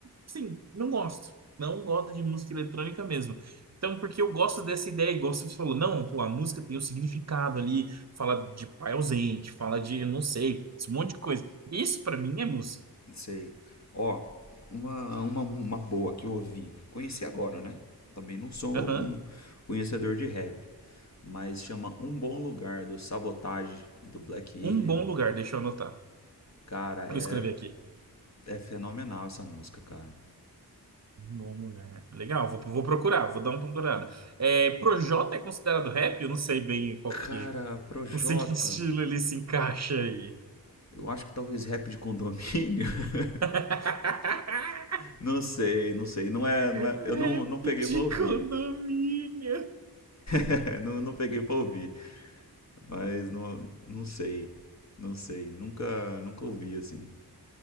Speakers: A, on the right; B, on the left.
A: Sim, não gosto. Não gosto de música eletrônica mesmo. Então, porque eu gosto dessa ideia, igual você falou, não, pô, a música tem um significado ali, fala de pai ausente, fala de, não sei, um monte de coisa. Isso pra mim é música.
B: Sei. Ó, uma, uma, uma boa que eu ouvi. Conheci agora, né? Também não sou
A: Aham.
B: um conhecedor de rap. Mas chama Um Bom Lugar do Sabotage e do Black Alien.
A: Um bom lugar, deixa eu anotar.
B: Cara, é,
A: Vou escrever aqui.
B: é fenomenal essa música, cara.
A: Um bom lugar. Legal, vou, vou procurar, vou dar uma procurada. É, Projota é considerado rap? Eu não sei bem qual
B: Cara,
A: que.
B: Projota,
A: Não sei que estilo ele se encaixa aí.
B: Eu acho que talvez rap de condomínio. <laughs>
A: <laughs>
B: Não sei, não sei. Não é, não
A: Rap
B: é, eu não, não peguei
A: de
B: pra ouvir.
A: condomínio.
B: <laughs> não, não peguei pra ouvir. Mas não, não sei. Não sei. Nunca, nunca ouvi assim.